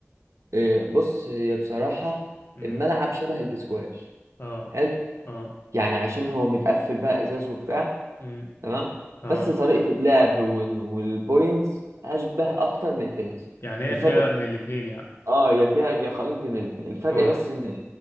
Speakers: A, on the right (about 75°); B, on the left (about 55°).
A: إيه، بص هي بصراحه
B: امم
A: الملعب شبه الاسكواش
B: اه
A: حلو
B: اه
A: يعني عشان هو متقفل بقى ازاز وبتاع
B: امم
A: تمام
B: اه
A: بس طريقة اللعب والبوينتس أشبه أكتر للتنس
B: يعني
A: الفرق
B: هي فيها من
A: بس
B: الاتنين يعني
A: اه يا فيها يا خليط بين الاتنين الفرق
B: اه
A: بس إن